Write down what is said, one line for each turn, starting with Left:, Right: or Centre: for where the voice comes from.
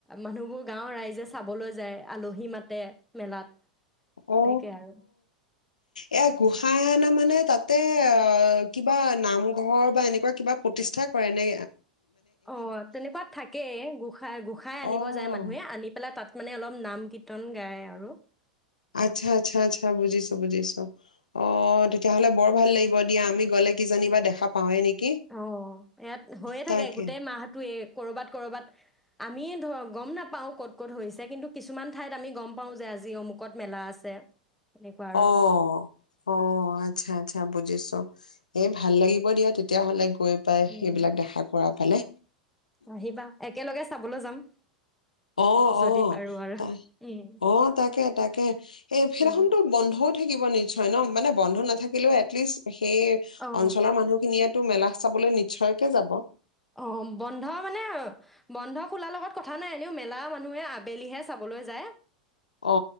Centre: মানুহবোৰ গাঁৱৰ ৰাইজে চাবলৈ যায় আলহী মাতে মেলাত তেনেকে
Left: অ
Centre: আৰু
Left: এয়া গোসাঁই অনা মানে তাত তাতে অ কিবা নামঘৰ বা এনেকুৱা কিবা প্ৰতিষ্ঠা কৰে এনে
Centre: অ তেনেকুৱা থাকেই গোঁসাই গোঁসাই আনিব
Left: অ
Centre: যায় মানুহে আনি পেলাই তাত মানে অলপ নাম কীৰ্তন গায় আৰু
Left: আচ্ছা আচ্ছা আচ্ছা বুজিছো বুজিছো তেতিয়া হ'লে বৰ ভাল লাগিব দা আমি গ'লে কিজীিব বা দেখা পাওঁে নেকি
Centre: অ ইয়াত হৈয়ে
Left: তাকে,
Centre: থাকে গোটেই মাহটোোৱে কৰ'ৰবাত কৰ'বাত আমিে ধৰ গম নাপাওঁ ক'ত ক'ত হৈছে কিন্তু কিছুমান ঠাইত আমি গম পাওঁ যে আজি অমুকত মেলা আছে তেনেকুৱা আৰু
Left: অ' অ' আচ্ছা আচ্ছা বুজিছো। <unintelligible> এ ভাল লাগিব দিয়া তে তেতিয়াহ'লে গৈ পাই সেইবিলাক
Centre: উম
Left: দেখা কৰা পালে
Centre: আহিবা, একেলগে চাবলৈ যাম।
Left: অ
Centre: যদি
Left: অ
Centre: পাৰো আৰু
Left: ত
Centre: উম
Left: অ তাকে তাকে কে এই ফেনখনতো
Centre: উম
Left: বন্ধ থাকিব নিশ্চয় ন মানে বন্ধ নথাকিলেও এটলিষ্ট সেই
Centre: অ
Left: অঞ্চলৰ মানুহখিনিয়েতো মেলা চাবলৈ নিশ্চয়কে যাব,
Centre: অ' বন্ধ মানে বন্ধ খোলাৰ লগত কথা নাই এনেও মেলা মানুহে আবেলিহে চাবলৈ যায়।
Left: অ',